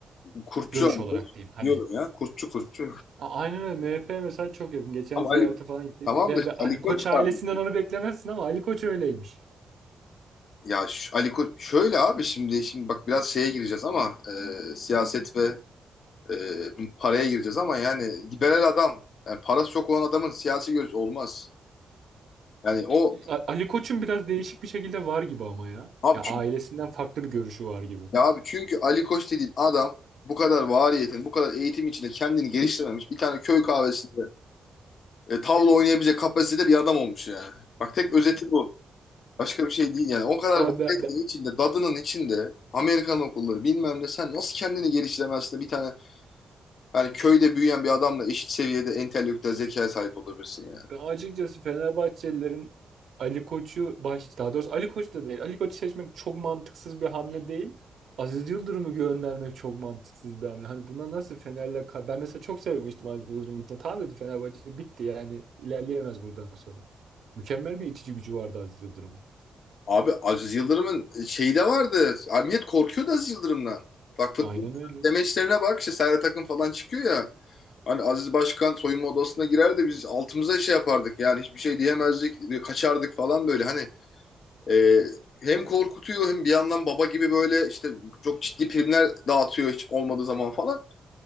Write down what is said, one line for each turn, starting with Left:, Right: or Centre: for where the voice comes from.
Left: Kurtçu
Right: Görüş
Left: Ali
Right: olarak
Left: Koç
Right: diyeyim hani.
Left: diyorum ya. Kurtçu kurtçu.
Right: A- Aynen öyle MHP mesela çok yakın. Geçen
Left: Ama
Right: ziyarete
Left: Ali
Right: falan gitti.
Left: tamam
Right: Be,
Left: da
Right: be- hani
Left: Ali
Right: Koç
Left: Koç
Right: ailesinden
Left: sadece.
Right: onu beklemezsin ama Ali Koç öyleymiş.
Left: Ya ş- Ali Koç şöyle abi şimdi şimdi bak biraz şeye gireceğiz ama e, siyaset ve e, paraya gireceğiz ama yani liberal adam yani parası çok olan adamın siyasi görüşü olmaz. Yani o
Right: A- Ali Koç'un biraz değişik bir şekilde var gibi ama ya.
Left: abi
Right: Ya
Left: çünkü,
Right: ailesinden farklı bir görüşü var gibi.
Left: ya abi çünkü Ali Koç dediğin adam bu kadar variyetin, bu kadar eğitim içinde kendini geliştirmemiş. Bir tane köy kahvesinde e, tavla oynayabilecek kapasitede bir adam olmuş yani. Bak tek özeti bu. Başka bir şey değil yani. O kadar
Right: Vay
Left: variyetin
Right: be,
Left: içinde, dadının içinde Amerikan okulları bilmem ne sen nasıl kendini geliştiremezsin de bir tane yani köyde büyüyen bir adamla eşit seviyede entelektüel zekaya sahip olabilirsin ya.
Right: Ben açıkçası Fenerbahçelilerin Ali Koç'u baş, daha doğrusu Ali Koç da değil. Ali Koç'u seçmek çok mantıksız bir hamle değil. Aziz Yıldırım'ı göndermek çok mantıksız bir hamle. Hani buna nasıl Fener'le ka- ben mesela çok sevmiştim Aziz Yıldırım gittiğinde. Tamam dedi Fenerbahçe bitti yani ilerleyemez buradan sonra. Mükemmel bir itici gücü vardı Aziz Yıldırım'ın.
Left: Abi Aziz Yıldırım'ın şeyi de vardı. Abi millet korkuyordu Aziz Yıldırım'dan. Bak futbol
Right: Aynen öyle.
Left: demeçlerine bak işte Serhat Akın falan çıkıyor ya. Hani Aziz Başkan soyunma odasına girer de biz altımıza şey yapardık yani hiçbir şey diyemezdik, kaçardık falan böyle. Hani E, hem korkutuyor hem bir yandan baba gibi böyle işte çok ciddi primler dağıtıyor hiç olmadığı zaman falan.